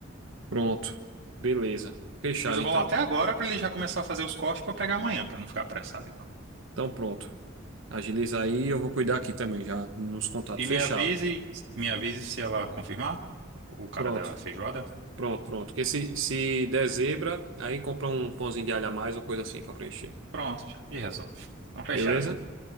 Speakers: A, on the right; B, on the right.
A: Pronto. Beleza. Fechado
B: Mas eu
A: então.
B: vou lá até agora pra ele já começar a fazer os cortes pra eu pegar amanhã, pra eu não ficar apressado, então.
A: Então pronto. Agiliza aí, eu vou cuidar aqui também já nos contatos.
B: E me
A: Fechado.
B: avise, me avise se ela confirmar o cara
A: Pronto.
B: da feijoada.
A: Pronto, pronto. Porque se, se der zebra, aí compra um pãozinho de alho a mais ou coisa assim para preencher.
B: Pronto, já, e resolve. Então, fechado,
A: Beleza?
B: amigo.